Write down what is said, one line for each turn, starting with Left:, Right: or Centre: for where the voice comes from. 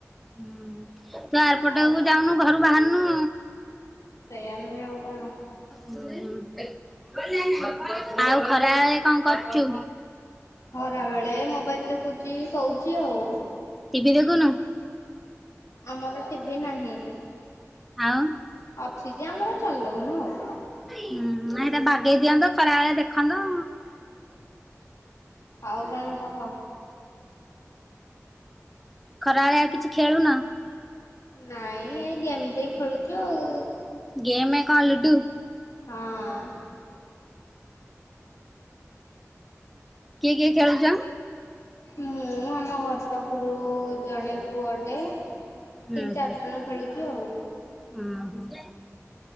Centre: ହୁଁ ତୁ ଆରପଟ
Left: ଆଉ
Centre: ଯାଉନୁ, ଘରୁ ବାହାରନୁ।
Left: ସେୟା ନୁହେଁ ଆଉ କଣ?
Centre: ହୁଁ ହୁଁ, <unintelligible> ଆଉ ଖରାଳେ କଣ କରୁଛୁ?
Left: ଖରା ବେଳେ ମୋବାଇଲ ଦେଖୁଛି, ଶୋଉଛି ଆଉ।
Centre: ଟିଭି ଦେଖୁନୁ?
Left: ଆମର ଟିଭି ନାହିଁ,
Centre: ଆଉ
Left: ଅଛି ଯେ ଆମର ଚଲଉନୁ ଆଉ।
Centre: ହୁଁ ଏଟା ବାଗେଇ ଦିଅନ୍ତ ଖରାବେଳେ ଦେଖନ୍ତ।
Left: ଆଉ କଣ କହ?
Centre: ଖରାଳେ ଆଉ କିଛି ଖେଳୁନ?
Left: ନାଇଁ ଏ ଗେମ୍ ଟିକେ ଖେଳୁଛୁ ଆଉ।
Centre: ଗେମେ କଁ ଲୁଡ଼ୁ?
Left: ହଁ।
Centre: କିଏ କିଏ ଖେଳୁଛ?
Left: ମୁଁ ଆମ ଘର ପାଖରୁ ଜଣେ ପୁଅଟେ ତିନି,
Centre: ହୁଁ
Left: ଚାରି
Centre: ହୁଁ
Left: ଜଣ ଖେଳୁଛୁ ଆଉ।
Centre: ହୁଁ ହୁଁ।